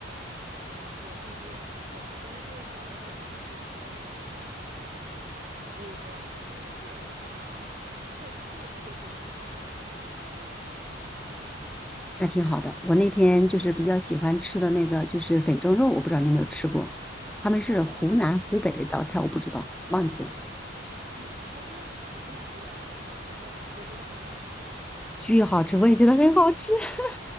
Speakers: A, on the right; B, in the centre.
A: 这个我具体我还不太知道，但是就是小的时候长大，就是一直都吃哈尔滨红肠，哈尔滨红肠，所以说我就记得，我就说啊，对，它会有一点点烟熏的那个味道，嗯
B: 那挺好的。我那天就是比较喜欢吃的那个就是粉蒸肉，
A: 嗯
B: 我不知道你有没有吃过，他们是湖南湖北的一道菜，
A: 啊
B: 我不知道，忘记了，
A: 嗯，它应该是它是湖南的一道菜，粉蒸肉，我觉得很好吃。
B: 巨好吃，我也觉得很好吃。<laughs>